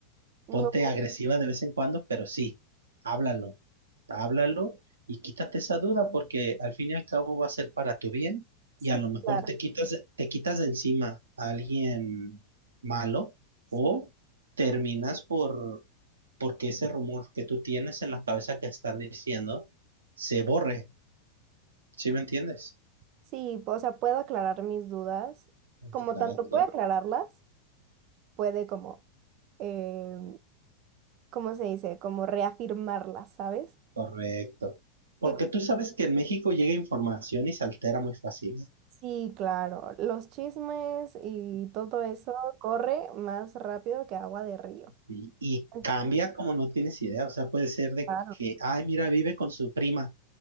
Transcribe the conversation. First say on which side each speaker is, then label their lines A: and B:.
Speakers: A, on the right; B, on the right.
A: no,
B: Ponte agresiva de vez en cuando, pero sí, háblalo, háblalo y quítate esa duda porque al fin y al cabo va a ser para tu bien
A: sí,
B: y a lo mejor
A: claro,
B: te quitas, te quitas de encima a alguien malo
A: sí.
B: o terminas por, porque ese rumor que tú tienes en la cabeza que están diciendo se borre, ¿sí me entiendes?
A: Sí, o sea, puedo aclarar mis dudas,
B: Exacto,
A: como tanto puedo aclararlas, puede como, eh, ¿cómo se dice? Como reafirmarlas, ¿sabes?
B: correcto. Porque
A: Que
B: tú sabes que en México llega información y se altera muy fácil.
A: sí, claro, los chismes y todo eso corre más rápido que agua de río.
B: Y, y
A: Ay,
B: cambia como no tienes idea, o sea, puede ser de
A: Claro.
B: que, ay, mira, vive con su prima,